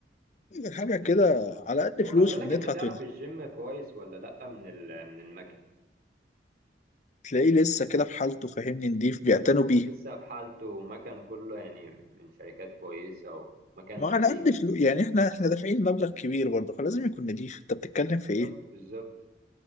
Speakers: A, on the left (about 40°); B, on the right (about 55°).
A: حاجة كده على قد
B: هو
A: فلوس
B: خلي بالك
A: وبندفع
B: انت تعرف
A: تل-
B: الجيم كويس ولا لا من ال... من المكان
A: تلاقيه لسه كده في حالته فاهمني نضيف بيعتنوا بيه
B: لسه بحالته ومكان كله يعني من شركات كويسة ومكان
A: ما على
B: أمريكي
A: قد فلوس
B: وبتاع
A: يعني احنا احنا دافعين مبلغ كبير برضه فلازم يكون نضيف انت بتتكلم
B: بالظبط
A: في ايه؟
B: بالظبط